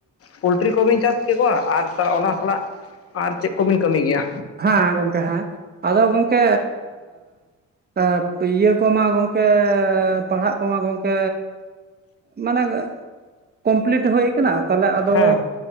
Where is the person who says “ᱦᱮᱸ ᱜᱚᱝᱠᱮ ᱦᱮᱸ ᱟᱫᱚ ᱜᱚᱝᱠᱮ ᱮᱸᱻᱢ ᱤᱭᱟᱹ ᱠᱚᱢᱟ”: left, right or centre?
Right